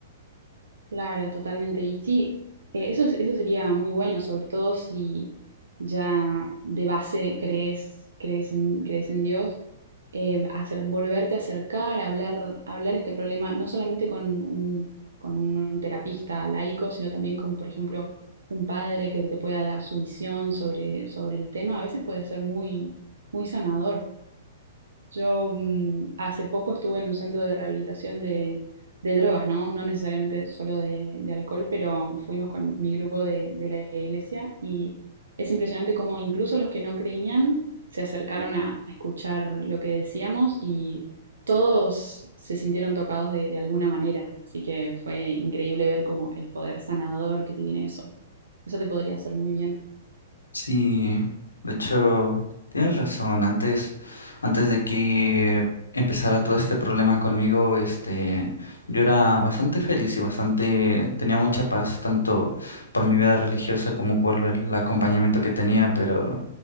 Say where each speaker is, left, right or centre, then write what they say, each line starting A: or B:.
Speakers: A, on the right (about 75°); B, on the left (about 85°).
A: Claro, totalmente. Y sí, eh, eso, es- eso sería muy bueno, sobre todo si ya de base crees, crees en, crees en Dios, eh, hacer, volverte a acercar, hablar, hablar este problema, no solamente con un, con un terapista laico, sino también con, por ejemplo, un padre que te pueda dar su visión sobre, sobre el tema, a veces puede ser muy, muy sanador. Yo mm, hace poco estuve en un centro de rehabilitación de, de drogas, ¿no? No necesariamente solo de, de alcohol, pero fuimos con mi grupo de, de la iglesia y es impresionante cómo incluso los que no creían se acercaron a, a escuchar lo que decíamos y todos se sintieron tocados de, de alguna manera. Así que fue increíble ver como el poder sanador que tiene eso. Eso te podría hacer muy bien.
B: Sí, de hecho, tienes razón. Antes, antes de que empezara todo este problema conmigo, este, yo era bastante feliz y bastante, tenía mucha paz, tanto por mi vida religiosa como por el acompañamiento que tenía, pero